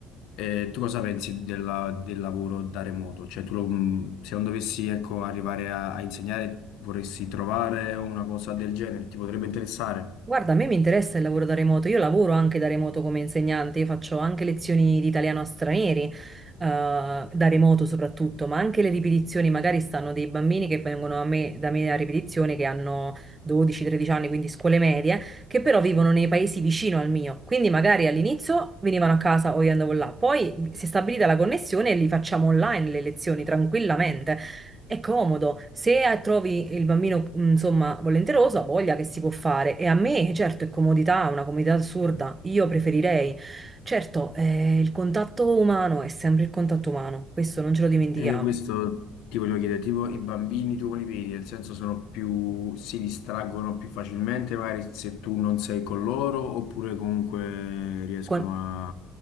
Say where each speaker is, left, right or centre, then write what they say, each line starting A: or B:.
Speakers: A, on the left; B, on the right.
A: eh, tu cosa pensi della- del lavoro da remoto? Cioè, tu lo- mh, se non dovessi, ecco, arrivare a, a insegnare, vorresti trovare una cosa del genere? Ti potrebbe interessare?
B: Guarda, a me mi interessa il lavoro da remoto, io lavoro anche da remoto come insegnante, io faccio anche lezioni di italiano a stranieri, eh, da remoto soprattutto, ma anche le ripetizioni, magari stanno dei bambini che vengono a me, da me a ripetizione che hanno 12-13 anni, quindi scuole medie, che però vivono nei paesi vicino al mio, quindi magari all'inizio venivano a casa o io andavo là, poi si è stabilita la connessione e li facciamo online le lezioni tranquillamente. È comodo, se eh, trovi il bambino, mh, insomma, volenteroso, ha voglia che si può fare. E a me, certo, è comodità, una comodità assurda, io preferirei. Certo, eh, il contatto umano è sempre il contatto umano, questo non ce lo dimentichiamo.
A: E io questo ti volevo chiedere, tipo i bambini tu come li vedi? Nel senso sono più, si distraggono più facilmente magari se tu non sei con loro oppure comunque riescono
B: Con-
A: a... a-